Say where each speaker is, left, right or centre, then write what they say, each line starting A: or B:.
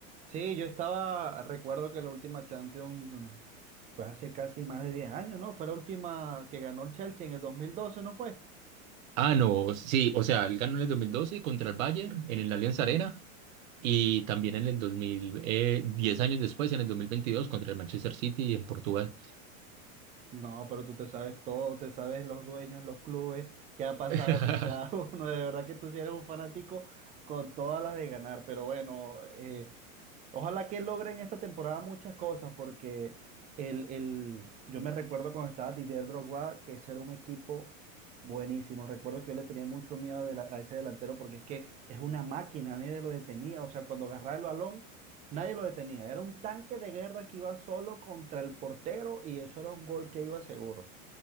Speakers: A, on the right; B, on the right.
A: Sí, yo estaba, recuerdo que la última Champions eh, fue hace casi más de 10 años, ¿no? Fue la última que ganó el Chelsea en el 2012, ¿no fue?
B: Ah, no, sí, o sea, él ganó en el 2012 contra el Bayern en el Allianz Arena y también en el 2000, eh, 10 años después, en el 2022, contra el Manchester City en Portugal.
A: No, pero tú te sabes todo, te sabes los dueños, los clubes, qué ha pasado
B: <laughs>
A: con cada <laughs> uno. De verdad que tú sí eres un fanático con todas las de ganar. Pero bueno, eh, ojalá que logren esta temporada muchas cosas, porque el, el, yo me recuerdo cuando estaba Didier Drogba, que ese era un equipo buenísimo. Recuerdo que yo le tenía mucho miedo de la- a ese delantero, porque es que es una máquina, nadie lo detenía. O sea, cuando agarraba el balón Nadie lo detenía. Era un tanque de guerra que iba solo contra el portero y eso era un gol que iba seguro.